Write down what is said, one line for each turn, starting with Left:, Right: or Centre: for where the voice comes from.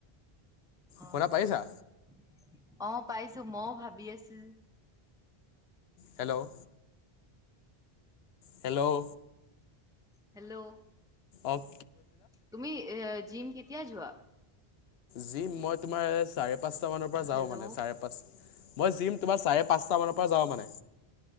Left: শুনা
Centre: <inaudible>
Left: পাইছা
Centre: অ-অ পাইছো মইও ভাবি আছো।
Left: হেল্ল' হেল্ল'
Centre: হেল্ল'
Left: অফ
Centre: তুমি জিম কেতিয়া যোৱা?
Left: জিম মই তোমাৰ চাৰে পাঁচটা মানৰ পৰা যাও
Centre: হেল্ল'
Left: মানে চাৰে পাঁচ, মই জিম তোমাৰ চাৰে পাঁচটা মানৰ পৰা যাওঁ মানে।